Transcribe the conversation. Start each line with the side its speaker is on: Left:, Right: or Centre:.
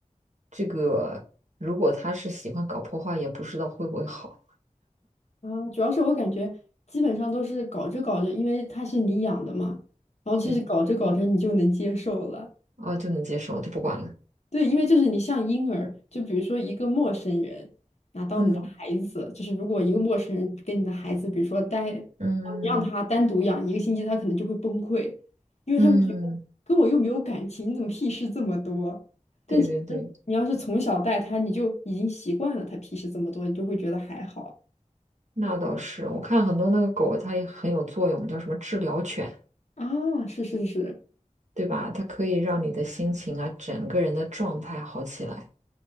Right: 这个，如果他是喜欢搞破坏，也不知道会不会好。
Left: 啊，主要是我感觉基本上都是搞着搞着，因为它是你养的嘛，然后其实搞着搞着你就能接受了。
Right: 对啊，就能接受，就不管了。
Left: 对，因为就是你像婴儿，就比如说一个陌生人拿到你的孩子，
Right: 嗯
Left: 就是如果一个陌生人跟你的孩子，比如说待，你
Right: 嗯
Left: 让他单独养一个星期，他可能就会崩溃，因为他会觉得跟我又没有感情，
Right: 嗯，
Left: 你怎么屁事这么多？但其实你要是从小带他，
Right: 对对对，
Left: 你就已经习惯了他屁事这么多，你就会觉得还好。
Right: 那倒是。我看很多那个狗，它也很有作用，叫什么治疗犬，
Left: 啊，是是是，
Right: 对吧？它可以让你的心情啊，整个人的状态好起来。